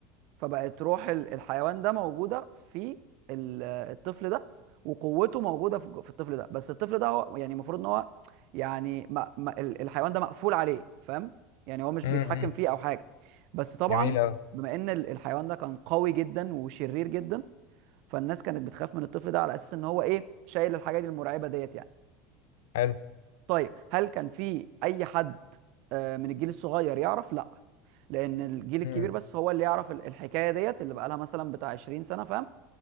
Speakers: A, on the right; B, on the left.
A: فبقت روح ال- الحيوان ده موجوده في ال- الطفل ده وقوته موجوده في في الطفل ده بس الطفل ده هو يعني المفروض ان هو يعني ما... ما... ال- الحيوان ده مقفول عليه فاهم يعني هو مش
B: امم
A: بيتحكم
B: إمم.
A: فيه او حاجه بس طبعا
B: جميل اوي
A: بما ان ال- الحيوان ده كان قوي جدا وشرير جدا فالناس كانت بتخاف من الطفل ده على اساس ان هو ايه شايل الحاجات المرعبه ديت يعني
B: حلو
A: طيب هل كان في اي حد آه، من الجيل الصغير يعرف لا لان الجيل الكبير
B: امم
A: بس هو اللي يعرف ال- الحكايه ديت اللي بقى لها مثلا بتاع 20 سنه فاهم